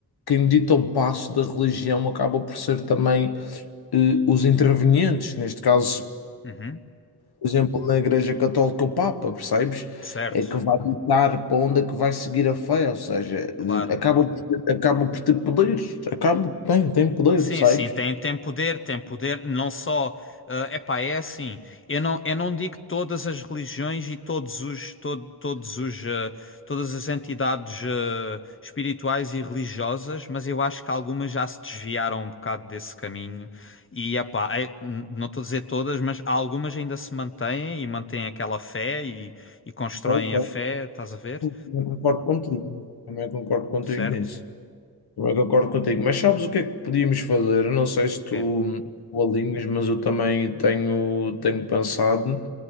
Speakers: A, on the left; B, on the left.
A: quem dita o passo da religião acaba por ser também eh, os intervenientes, neste caso
B: uhum.
A: por exemplo, na Igreja Católica o Papa, percebes?
B: Certo,
A: É que vai ditar para onde é que vai seguir a fé, ou seja,
B: claro.
A: acaba por ter, acaba por ter poderes, acaba, tem, tem poder,
B: Sim,
A: percebes?
B: sim, tem, tem poder, tem poder, não só, é epá, é assim, eu não, eu não digo todas as religiões e todos os, todo, todos os, eh, todas as entidades, eh, espirituais e religiosas, mas eu acho que algumas já se desviaram um bocado desse caminho e, epá, é, n- não estou a dizer todas, mas algumas ainda se mantêm e mantêm aquela fé e, e constroem
A: Ok, ok.
B: a fé, estás a ver?
A: Também concordo contigo, também concordo contigo
B: Certo?
A: nisso, também concordo contigo, mas sabes o que é que podíamos fazer? Eu não sei se
B: O quê?
A: tu, tu alinhas, mas eu também tenho, tenho pensado,